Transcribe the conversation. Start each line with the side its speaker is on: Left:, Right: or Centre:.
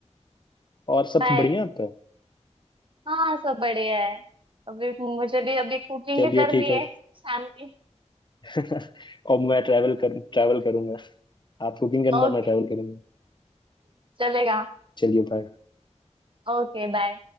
Left: और सब
Right: बाय
Left: बढ़िया आपका
Right: हाँ सब बढ़िया है अभी मुझे भी अभी कुकिंग
Left: चलिए
Right: करनी
Left: ठीक है
Right: है शाम की
Left: <laughs> और मैं ट्रैवल कर ट्रैवल करूंगा आप कुकिंग करना
Right: ओके
Left: मैं ट्रैवल करूंगा
Right: चलेगा
Left: चलिए बाय
Right: Okay bye